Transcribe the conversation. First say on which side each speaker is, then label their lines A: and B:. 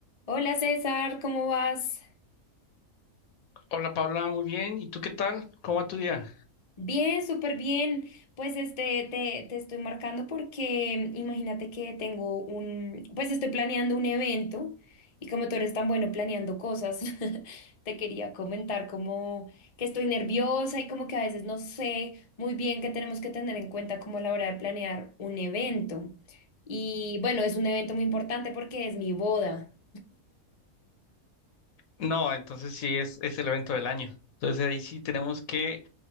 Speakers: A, on the left; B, on the left.
A: Hola César, ¿cómo vas?
B: Hola Paula, muy bien. ¿Y tú qué tal? ¿Cómo va tu día?
A: Bien, súper bien. Pues este, te, te estoy marcando porque imagínate que tengo un, pues estoy planeando un evento y como tú eres tan bueno planeando cosas, <laughs> te quería comentar como que estoy nerviosa y como que a veces no sé muy bien qué tenemos que tener en cuenta como a la hora de planear un evento. Y bueno, es un evento muy importante porque es mi boda.
B: No, entonces sí es, es el evento del año. Entonces ahí sí tenemos que